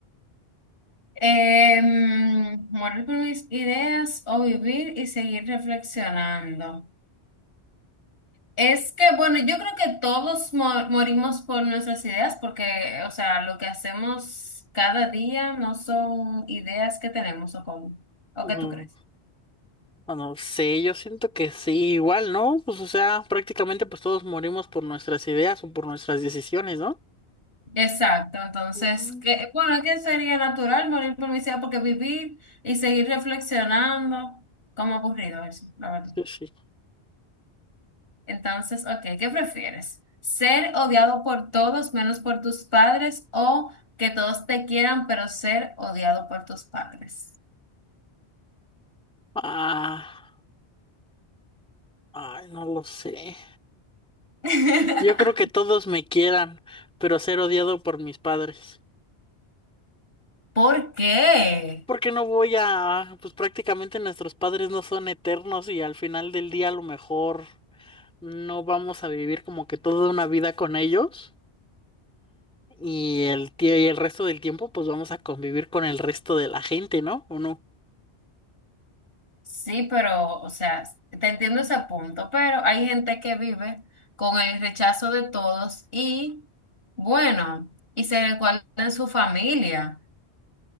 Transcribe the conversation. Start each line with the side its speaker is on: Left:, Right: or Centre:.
Left: Em, morir por mis ideas o vivir y seguir reflexionando. Es que, bueno, yo creo que todos mo- morimos por nuestras ideas porque, o sea, lo que hacemos cada día no son ideas que tenemos o cómo, o
Centre: Mm,
Left: qué tú crees.
Centre: ah, no sé, yo siento que sí, igual, ¿no? Pues o sea, prácticamente pues todos morimos por nuestras ideas o por nuestras decisiones, ¿no?
Left: Exacto, entonces,
Centre: Ujú.
Left: que, bueno, que sería natural morir por mi ciudad, porque vivir y seguir reflexionando, como ha ocurrido eso, la verdad.
Centre: Sí, sí.
Left: Entonces, ok, ¿qué prefieres? ¿Ser odiado por todos menos por tus padres o que todos te quieran, pero ser odiado por tus padres?
Centre: Ah, ay, no lo sé.
Left: <laughs>
Centre: Yo creo que todos me quieran, pero ser odiado por mis padres.
Left: ¿Por qué?
Centre: Porque no voy a, pues prácticamente nuestros padres no son eternos y al final del día a lo mejor no vamos a vivir como que toda una vida con ellos y el tie- y el resto del tiempo pues vamos a convivir con el resto de la gente, ¿no? ¿O no?
Left: Sí, pero, o sea, te entiendo ese punto, pero hay gente que vive con el rechazo de todos y, bueno, y se recuerda en su familia.